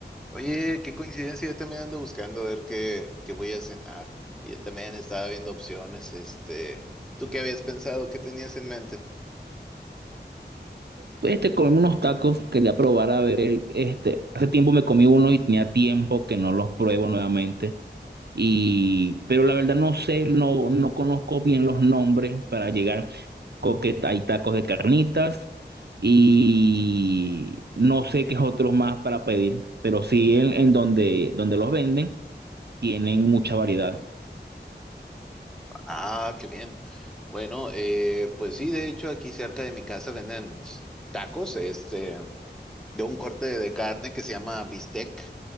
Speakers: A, in the centre; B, on the right.
A: Oye, qué coincidencia, yo también ando buscando ver qué, qué voy a cenar. Y yo también estaba viendo opciones, este, ¿tú qué habías pensado? ¿Qué tenías en mente?
B: Pues, Este, comerme unos tacos, quería probar a ver, este, hace tiempo me comí uno y tenía tiempo que no los pruebo nuevamente. Y, pero la verdad no sé, no, no conozco bien los nombres para llegar. co- que hay tacos de carnitas y no sé qué otros más para pedir, pero sí en, en donde, donde los venden tienen mucha variedad.
A: Ah, qué bien. Bueno, eh, pues sí, de hecho aquí cerca de mi casa venden tacos, este, de un corte de carne que se llama bistec.